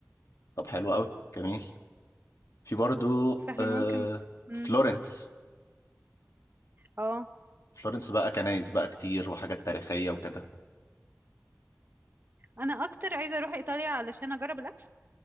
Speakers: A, on the left (about 85°); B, on the right (about 40°).
A: طب حلو قوي جميل في برضو
B: فاحنا
A: آه
B: ممكن امم
A: فلورنس
B: اه
A: فلورنس بقى كنايس بقى كتير وحاجات تاريخية وكده
B: انا اكتر عايزة اروح ايطاليا علشان اجرب الاكل